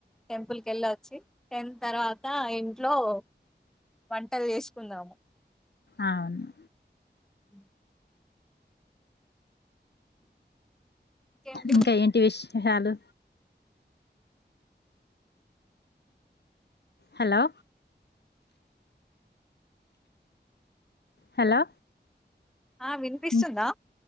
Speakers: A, in the centre; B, on the left.
A: టెంపుల్ కెళ్ళొచ్చి టెన్ తర్వాత ఇంట్లో ఒ వంటల్ జేసుకుందాము.
B: అవును
A: అ ఇంకేంటి
B: ఇంక ఏంటి విష్ హెషాలు హలో హలో
A: ఆ వినిపిస్తుందా?
B: ఇం-